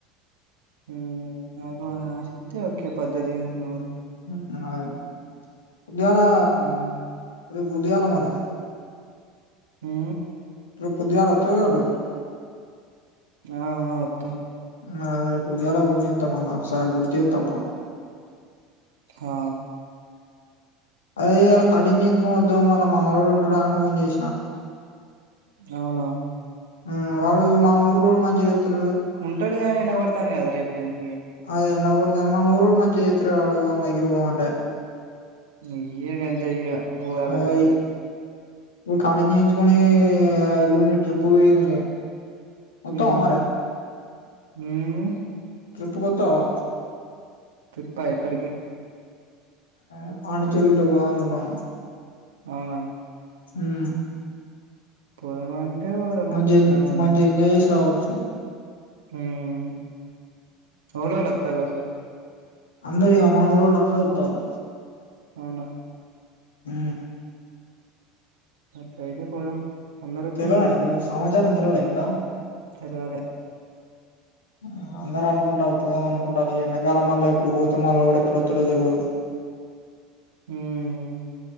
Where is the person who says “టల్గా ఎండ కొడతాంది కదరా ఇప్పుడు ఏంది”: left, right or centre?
Right